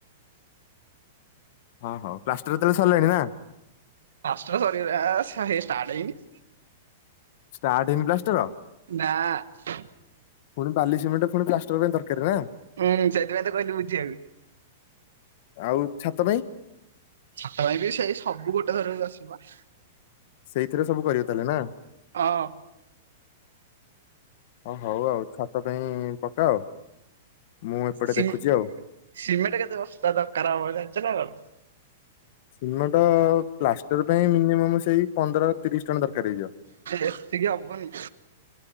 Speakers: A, on the left; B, on the right.
A: ହଁ ହଉ ପ୍ଲାଷ୍ଟର ତା ହେଲେ ସରିଲଣି ନା?
B: ପ୍ଲାଷ୍ଟର ସରିଲା, ହେ ଷ୍ଟାର୍ଟ ହେଇନି।
A: ଷ୍ଟାର୍ଟ ହେଇନି ପ୍ଲାଷ୍ଟର?
B: ନା।
A: ପୁଣି ବାଲି ସିମେଣ୍ଟ ପୁଣି ପ୍ଲାଷ୍ଟର ପାଇଁ ଦରକାର ନା?
B: ହୁଁ, ସେଥିପାଇଁ ତ କହିଲି ବୁଝିିବାକୁ।
A: ଆଉ ଛାତ ପାଇଁ?
B: ଛାତ ପାଇଁ ବି ସେଇ ସବୁ ଗୋଟେ ଥରକୁ ଆସିବା।
A: ସେଇଥିରେ ସବୁ କରିବ ତା ହେଲେ ନା?
B: ହଁ
A: ଓ ହଉ ଆଉ ଛାତ ପାଇଁ ପକାଅ ମୁଁ ଏପଟେ
B: ସି
A: ଦେଖୁଛି ଆଉ।
B: ସିମେଟ କେତେ ବସ୍ତା ଦରକାର ହବ ଯାଣିଛ ନା କଣ?
A: ସିମଟ ପ୍ଲାଷ୍ଟର ପାଇଁ ମିନିମମ୍ ସେଇ ପନ୍ଦର ତିରିଶ ଟ୍ରନ ଦରକାର ହେଇଯିବ।
B: ଏତିକି ହବନି